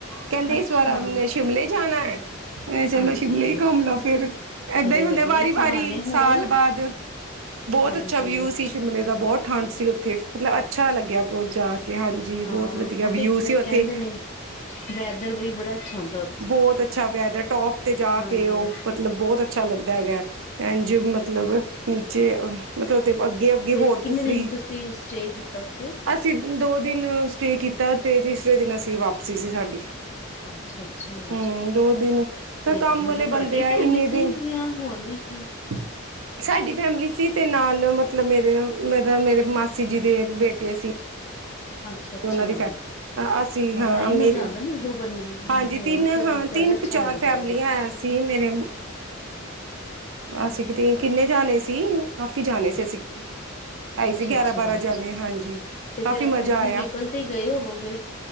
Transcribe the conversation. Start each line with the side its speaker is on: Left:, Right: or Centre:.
Right: ਕਹਿੰਦੇ
Left: ਅੱਛਾ
Right: ਇਸ ਵਾਰ ਨੇ ਸ਼ਿਮਲੇ ਜਾਣਾ। ਇਹ ਚਲੋ
Left: ਹਾਂਜੀ
Right: ਸ਼ਿਮਲੇ ਹੀ ਘੁੰਮ ਲਓ ਫਿਰ ਏਦਾਂ
Left: ਚਲੋ
Right: ਹੀ ਹੁੰਦਾ
Left: ਵਧੀਆ
Right: ਵਾਰੀ-
Left: ਇਸੀ
Right: ਵਾਰੀ
Left: ਬਹਾਨੇ ਹੋਰ
Right: ਸਾਲ ਬਾਅਦ ਬਹੁਤ
Left: ਹਾਂਜੀ
Right: ਅੱਛਾ ਵਿਊ ਸੀ ਸ਼ਿਮਲੇ ਦਾ ਬਹੁਤ ਠੰਢ ਸੀ ਉਥੇ ਮਤਲਬ ਅੱ ਅੱਛਾ ਲੱਗਿਆ ਬਹੁਤ ਜਾ ਕੇ ਹਾਂਜੀ
Left: ਹਾਂ
Right: ਬਹੁਤ ਵਧੀਆ
Left: ਉਹ ਤੇ
Right: ਵਿਊ
Left: ਕਹਿੰਦੇ
Right: ਸੀ ਉੱਥੇ
Left: ਨੇ ਵੈਦਰ ਵੀ ਬੜਾ ਅੱਛਾ ਹੁੰਦ
Right: ਬਹੁਤ ਅੱਛਾ ਵੈਦਰ ਟੋਪ ਤੇ ਜਾ
Left: ਹਾਂਜੀ
Right: ਕੇ ਉਹ ਮਤਲਬ ਬਹੁਤ ਅੱਛਾ ਲੱਗਦਾ ਹੈਗਾ। ਇੰਝ ਮਤਲਬ ਨੀਚੇ ਮਤਲਬ ਤੇ ਅੱਗੇ- ਅੱਗੇ
Left: ਤੇ
Right: ਹੋਰ
Left: ਕਿੰਨੇ
Right: ਕੁਫਰੀ
Left: ਦਿਨ ਤੁਸੀਂ ਸਟੇ ਕੀਤਾ ਉੱਥੇ?
Right: ਅਸੀਂ ਦੋ ਦਿਨ ਸਟੇਅ ਕੀਤਾ ਅਤੇ ਤੀਸਰੇ ਦਿਨ ਅਸੀਂ ਵਾਪਸੀ ਸੀ ਸਾਡੀ
Left: ਅੱਛਾ-ਅੱਛਾ
Right: ਹੂੰ ਦੋ ਦਿਨ
Left: ਤੇ
Right: ਫਿਰ ਕੰਮ ਵਾਲੇ
Left: ਮਤਲਬ ਤੁਹਾਡੀ
Right: ਬੰਦੇ ਆਏ
Left: ਫੈਮਲੀ
Right: ਇੰਨੇ
Left: ਸੀ
Right: ਦਿਨ
Left: ਜਾਂ ਹੋਰ ਵੀ ਸੀ।
Right: <inaudible> ਸਾਡੀ ਫੈਮਿਲੀ ਸੀ ਤੇ ਨਾਲ ਮਤਲਬ ਮੇਰੇ ਮ ਮੇਰੇ ਮਾਸੀ ਜੀ ਦੇ ਬੇਟੇ ਸੀ।
Left: ਅੱਛਾ ਅੱਛਾ
Right: ਉਹਨਾਂ ਦੀ ਫੈ ਅਸੀਂ ਹਾਂ
Left: ਤਾਂ ਹੀ
Right: ਮੀ
Left: ਮਜ਼ਾ ਆਉਂਦਾ ਨਾ ਇੱਕ ਦੋ ਬੰ
Right: ਹਾਂਜੀ
Left: ਹੋਣ
Right: ਤਿੰਨ
Left: ਫਿਰ
Right: ਹਾਂ
Left: ਜ਼ਿਆਦਾ
Right: ਤਿੰਨ
Left: ਅੱਛਾ
Right: ਚਾਰ
Left: ਲੱਗਦਾ
Right: ਫੈਮਲੀਆਂ ਹੈ ਸੀ। ਸੀ ਮੇਰੇ ਅਸੀਂ ਕਿ ਕਿੰਨੇ ਜਾਣੇ ਸੀ। ਕਾਫ਼ੀ ਜਾਣੇ ਸੀ ਅਸੀਂ ਹੈ ਹੀ
Left: ਅੱਛਾ
Right: ਸੀ ਗਿਆਰਾਂ
Left: ਅੱਛਾ
Right: ਬਾਰਾਂ ਜਾਣੇ ਹਾਂਜੀ।
Left: ਤੇ
Right: ਕਾਫ਼ੀ
Left: ਫੇਿਰ ਆਪਣੇ
Right: ਮਜ਼ਾ
Left: ਆਪਣੇ
Right: ਆਇਆ।
Left: ਵਹੀਕਲ ਤੇ ਹੀ ਗਏ ਹੋਵੋਗੇ।